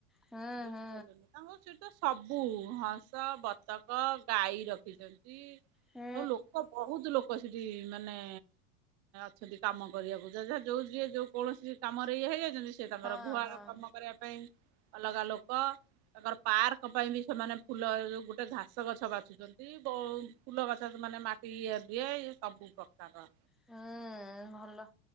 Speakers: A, in the centre; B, on the right.
A: ହୁଁ
B: ତାଙ୍କ
A: ହୁଁ
B: ସେଠି ତ ସବୁ ହଂସ ବତକ ଗାଈ ରଖିଛନ୍ତି।
A: ହୁଁ
B: ଆଉ ଲୋକ ବହୁତ ଲୋକ ସେଠି ମାନେ। ସେଠି କାମ କରିବାକୁ ଯେ ଝା ଯୋଉ ଯିଏ ଯୋଉ କୌଣସି କାମରେ ଇଏ ହେଇଯାଇ ଛନ୍ତି ସେ ତାଙ୍କର
A: ହଁ
B: ଗୁହାଳ
A: ହଁ।
B: କାମ କରିବା ପାଇଁ ଅଲଗା ଲୋକ। ତାଙ୍କର ପାର୍କ ପାଇଁ ବି ସେମାନେ ଫୁଲ ଯୋଉ ଗୋଟେ ଘାସ ଗଛ ବାଛୁଛନ୍ତି ବ ଫୁଲ ଗଛ ମାନେ ମାଟି ଇଏ ଦିଏ ଇଏ ସବୁ ପ୍ରକାର ର।
A: ହୁଁ ଭଲ